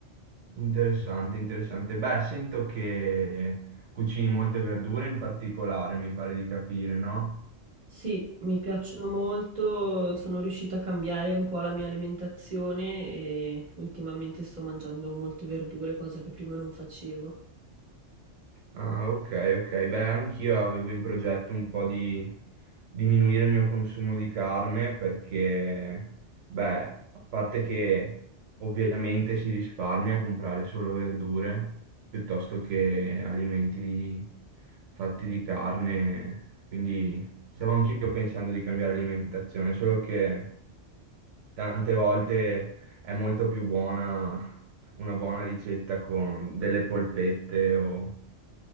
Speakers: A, on the right (about 85°); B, on the right (about 40°).
A: Interessante, interessante. Beh, sento che cucini molte verdure in particolare, mi pare di capire, no?
B: Sì, mi piacciono molto, sono riuscita a cambiare un po' la mia alimentazione e ultimamente sto mangiando molte verdure, cosa che prima non facevo.
A: Ah, ok, ok. Beh, anch'io avevo in progetto un po' di diminuire il mio consumo di carne perché, beh, a parte che ovviamente si risparmia a comprare solo verdure piuttosto che alimenti di- fatti di carne, quindi stavo anch'io pensando di cambiare alimentazione, solo che... tante volte è molto più buona una buona ricetta con delle polpette o